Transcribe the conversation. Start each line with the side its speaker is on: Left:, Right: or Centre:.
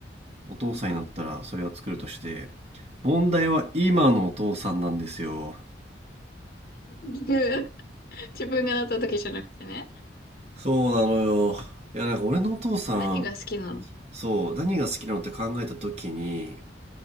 Right: お父さんになったらそれは作るとして、
Left: い。うん
Right: 問題は今のお父さんなんですよ。
Left: うん <laughs> 自分が当たった時じゃなくてね。
Right: そうなのよ。いや、なんか俺のお父さん、
Left: 何が好きなの
Right: そう、何が好きなのって考えた時に、